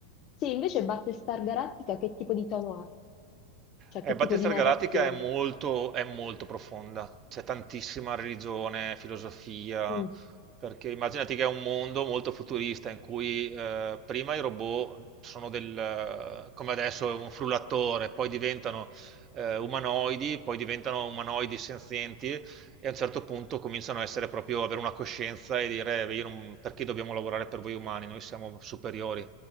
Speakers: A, on the left; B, on the right.
A: Sì, invece Battlestar Galactica che tipo di tono ha? Cioè
B: Eh,
A: che
B: Battista
A: tipo di narrazione?
B: Galattica è molto, è molto profonda, c'è tantissima religione, filosofia,
A: Mm.
B: perché immaginati che è un mondo molto futurista in cui eh, prima i robot sono del, eh, come adesso un frullatore, poi diventano eh, umanoidi, poi diventano umanoidi senzienti e a un certo punto cominciano a essere proprio, avere una coscienza e dire "Eh, "Io non- perché dobbiamo lavorare per voi umani, noi siamo superiori.